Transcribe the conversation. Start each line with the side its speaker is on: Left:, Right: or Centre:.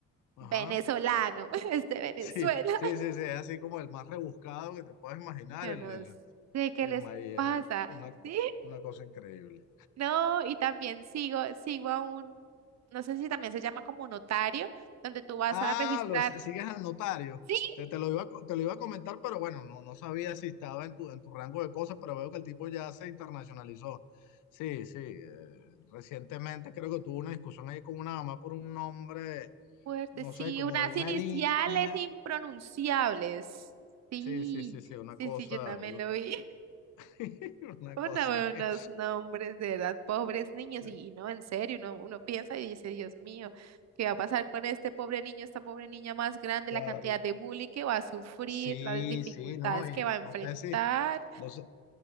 Left: Ajá.
Right: venezolano, <laughs> es de Venezuela,
Left: Sí, sí, sí, sí, es así como el más rebuscado que te puedes imaginar,
Right: <laughs> yo
Left: el,
Right: no
Left: el,
Right: sé qué
Left: el-
Right: les
Left: y es
Right: pasa,
Left: un- una, co-
Right: ¿sí?
Left: una cosa increíble.
Right: No, y también sigo, sigo a un, no sé si también se llama como notario, donde tú vas
Left: Ah,
Right: a registrar,
Left: lo si- sigues al notario.
Right: sí,
Left: Te, te lo iba, a co- te lo iba a comentar, pero bueno, no, no sabía si estaba en tu, en tu rango de cosas, pero veo que el tipo ya se internacionalizó. Sí, sí. eh, recientemente creo que tuvo una discusión ahí con una mamá por un nombre,
Right: fuerte,
Left: no
Right: sí,
Left: sé, como
Right: unas
Left: de una
Right: iniciales
Left: línea.
Right: impronunciables. Sí,
Left: Sí, sí, sí, sí, una
Right: sí,
Left: cosa,
Right: sí, yo también
Left: una,
Right: lo vi. <laughs>
Left: <laughs> una
Right: Uno
Left: cosa
Right: ve unos
Left: que,
Right: nombres de edad, pobres niños,
Left: sí,
Right: y, y no, en serio, uno, uno piensa y dice, Dios mío, ¿qué va a pasar con este pobre niño, esta pobre niña más grande,
Left: claro.
Right: la cantidad de bullying que va a sufrir,
Left: Sí,
Right: las dificultades
Left: sí, no, y
Right: que va a enfrentar?
Left: no sé si, no sé.